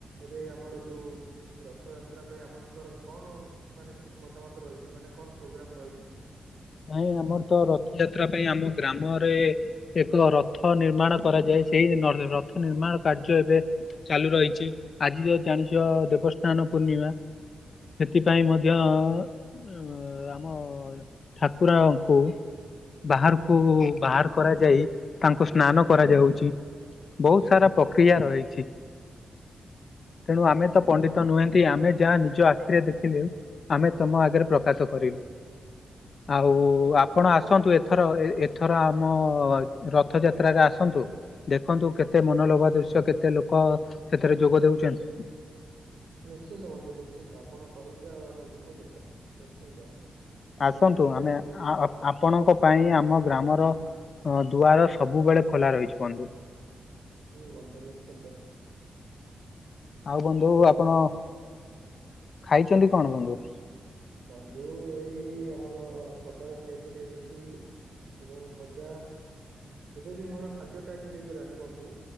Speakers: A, on the right; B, on the left.
A: ଏବେ ଆମର ଯୋଉ ରଥଯାତ୍ରା ପାଇଁ ଆପଣଙ୍କର କଣ ମାନେ କିଛି ମତାମତ ରହିଚି ମାନେ କଣ ପ୍ରୋଗ୍ରାମ ରହିଚି?
B: ନାଇଁ ଆମରତ ରଥଯାତ୍ରା ପାଇଁ ଆମ ଗ୍ରାମରେ ଏକ ରଥ ନିର୍ମାଣ କରାଯାଏ ସେଇ ନ ର ରଥ ନିର୍ମାଣ କାର୍ଯ୍ୟ ଏବେ ଚାଲୁ ରହିଚି। ଆଜି ଯୋଉ ଜାଣିଚ
A: ହୁଁ
B: ଦେବସ୍ନାନ ପୂର୍ଣ୍ଣିମା ସେଥିପାଇଁ
A: ହୁଁ
B: ମଧ୍ୟ
A: ହୁଁ ହୁଁ
B: ଉଁ ମ ଆମ ଠାକୁରାଙ୍କୁ ବାହାରୁକୁ ବାହାର କରାଯାଇ ତାଙ୍କୁ ସ୍ନାନ କରାଯାଉଚି। ବୋହୁତ ସାରା
A: ହୁଁ
B: ପକ୍ରିୟା
A: ହୁଁ
B: ରହିଛି ତେଣୁ ଆମେତ ପଣ୍ଡିତ
A: ହୁଁ
B: ନୁହେଁ ନ୍ତି ଆମେ ଯାହା ନିଜ ଆଖିରେ ଦେଖିଲେ ଆମେ ତମ ଆଗରେ ପ୍ରକାଶ କରିଲୁ। ଆଉ
A: ହଁ ହଁ
B: ଆପଣ
A: ବନ୍ଧୁ
B: ଆସନ୍ତୁ
A: ବୁଝୁଛି।
B: ଏଥର ଏ ଏ ଥର ଆମ ରଥଯାତ୍ରାରେ ଆସନ୍ତୁ। ଦେଖନ୍ତୁ କେତେ ମନଲୋଭା ଦୃଶ୍ୟ କେତେ ଲୋକ ସେଥିରେ ଯୋଗ ଦୋଉଚନ୍ତି।
A: ନିଶ୍ଚିନ୍ତ ବନ୍ଧୁ ନିଶ୍ଚିନ୍ତ ଆପଣ କହିବେ ଆଉ ଆମେ ଯିବୁନି ନିଶ୍ଚିନ୍ତ। ମୁଁ
B: ଆସନ୍ତୁ
A: ସେ
B: ଆମେ
A: ସବୁ
B: ଆ ଆପ୍ ଆପଣଙ୍କ ପାଇଁ ଆମ ଗ୍ରାମର ଅଁ ଦୁଆର ସବୁବେଳେ ଖୋଲା ରହିଛି ବନ୍ଧୁ।
A: ହୁଁ ବନ୍ଧୁ ନିଶ୍ଚିନ୍ତ।
B: ଆଉ ବନ୍ଧୁ ଆପଣ ଖାଇଚନ୍ତି କଣ ବନ୍ଧୁ?
A: ବନ୍ଧୁ ଏଇ ଆମର ସକାଳେ ଖାଇଥିଲି ରୁଟି। ଏବଂ ଭଜା ଏବେବି ମୋର ଖାଦ୍ୟ ଟାଇମ୍ ହେଇଗଲାଣିି ବନ୍ଧୁ।